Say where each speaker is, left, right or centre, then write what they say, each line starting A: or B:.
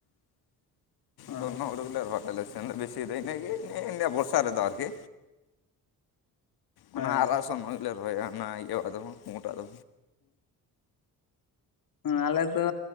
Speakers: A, on the left; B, on the left.
A: ᱚ
B: ᱥᱚᱨᱱᱚ ᱦᱩᱲᱩ ᱜᱮᱞᱮ ᱨᱚᱦᱚᱭ ᱟᱞᱮ ᱥᱮᱱ ᱵᱮᱥᱤᱭ ᱤᱱᱟᱹᱜᱮ ᱵᱚᱨᱥᱟ ᱨᱮᱫᱚ ᱟᱨᱠᱤ
A: ᱦᱮᱸ
B: ᱚᱱᱟ ᱟᱨᱟᱜ ᱥᱚᱱ ᱜᱮᱞᱮ ᱨᱚᱦᱚᱭᱟ ᱚᱱᱟ ᱤᱭᱟᱹᱣᱟᱜ ᱫᱚ ᱯᱩᱸᱴᱟᱜ ᱫᱚ
A: ᱟᱞᱮ ᱫᱚ